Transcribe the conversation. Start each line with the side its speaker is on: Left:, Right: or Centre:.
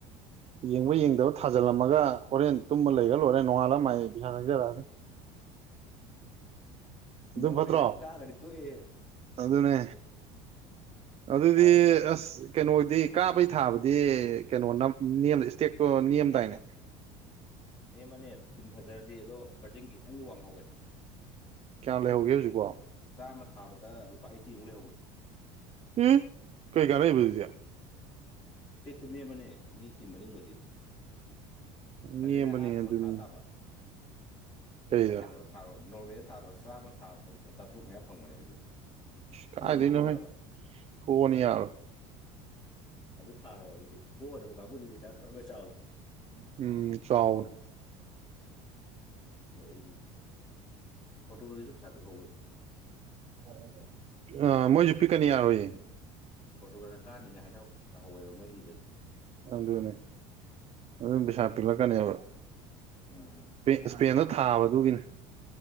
Right: ꯌꯦꯡꯕ ꯌꯦꯡꯗꯕ ꯊꯥꯖꯤꯜꯂꯝꯃꯒ ꯍꯣꯔꯦꯟ ꯇꯨꯝꯃ ꯂꯩꯒ ꯂꯣꯏꯔꯦ ꯅꯣꯡꯉꯥꯜꯂ ꯃꯥꯥꯏ ꯄꯩꯁꯥ ꯆꯪꯖꯔꯛꯑꯅꯤ ꯑꯗꯨꯝ
Left: ꯅꯣꯔꯋꯦꯅꯒ
Right: ꯐꯠꯇ꯭ꯔꯣ
Left: ꯀꯥꯒꯗꯤ ꯇꯣꯛꯑꯦ
Right: ꯑꯗꯨꯅꯦ ꯑꯗꯨꯗꯤ
Left: ꯀꯥꯔꯣꯏꯗ
Right: ꯑꯁ ꯀꯩꯅꯣꯗꯤ ꯀꯥꯕꯩ ꯊꯥꯕꯗꯤ ꯀꯩꯅꯣ ꯏꯁꯇꯦꯛꯇꯣ ꯅꯦꯝꯗꯥꯏꯅꯦ
Left: ꯅꯦꯝꯕꯅꯦ ꯇꯤꯝ ꯐꯖꯔꯗꯤ ꯑꯗꯣ ꯕꯔꯖꯤꯜꯒꯤ ꯈꯤꯇꯪꯗꯤ ꯋꯥꯡꯍꯧꯋꯦ
Right: ꯀꯌꯥꯝ ꯂꯩꯍꯧꯒꯦ ꯍꯧꯖꯤꯛꯄꯣ
Left: ꯆꯥꯝꯃ ꯊꯥꯕꯗ ꯂꯨꯄꯥ ꯑꯩꯇꯤꯃꯨꯛ ꯂꯩꯍꯧꯕꯅꯤ
Right: ꯎ ꯀꯩ ꯀꯥꯟꯅꯩꯕ ꯑꯗꯨꯗꯤ
Left: ꯏꯁꯇꯦꯛꯇꯨ ꯅꯦꯝꯕꯅꯦ ꯃꯤ ꯇꯤꯝ ꯃꯅꯤꯡꯕꯨꯗꯤ ꯑꯗꯨꯅ
Right: ꯅꯦꯝꯕꯅꯦ
Left: ꯑꯥ ꯀꯩꯅꯣ
Right: ꯑꯗꯨꯅꯤ
Left: ꯊꯥ ꯇꯥꯕ
Right: ꯀꯩꯗ
Left: ꯅꯪ ꯀꯩꯅꯣꯗ ꯊꯥꯔꯣ ꯅꯣꯔꯋꯦꯗ ꯊꯥꯔꯣ ꯆꯥꯝꯃ ꯊꯥꯕꯗꯗꯤ ꯂꯨꯄꯥ ꯆꯥꯇ꯭ꯔꯨꯛ ꯃꯌꯥ ꯐꯪꯕꯅꯦ ꯑꯗꯨꯗꯤ
Right: ꯀꯥꯏꯗꯩꯅꯣꯍꯦ
Left: ꯄꯣꯗꯤ ꯄꯣꯒꯗꯕ
Right: ꯐꯨꯑꯣꯅ ꯌꯥꯔꯣꯏ
Left: ꯑꯗꯨ ꯊꯥꯔꯣ ꯑꯗꯨꯗꯤ ꯄꯣꯒꯗꯕ ꯀꯥꯡꯕꯨꯗꯨꯗꯤ ꯄꯩꯁꯥ ꯄꯨꯂꯞ ꯑꯃ ꯆꯥꯎꯕꯅꯤ
Right: ꯎꯝ ꯆꯥꯎꯕꯅꯤ
Left: ꯀꯩ ꯄꯣꯔꯇꯨꯒꯜꯒꯤꯁꯨ ꯄꯩꯁꯥ ꯄꯤꯛꯍꯧꯋꯤ
Right: ꯑꯣ ꯃꯣꯏꯁꯨ ꯄꯤꯛꯀꯅꯤ ꯌꯥꯔꯣꯏꯌꯦ
Left: ꯄꯣꯔꯇꯨꯒꯜꯅ ꯀꯥꯅꯤꯅ ꯍꯥꯏꯅ ꯇꯥꯍꯧꯋꯦꯕ ꯃꯣꯏꯒꯤꯗꯗꯤ
Right: ꯑꯗꯨꯅꯦ ꯑꯗꯨꯝ ꯄꯩꯁꯥ ꯄꯤꯂꯛꯀꯅꯦꯕ
Left: ꯎꯝ
Right: ꯏꯁꯄꯦꯟꯗ ꯊꯥꯕ ꯑꯗꯨꯒꯤꯅꯤ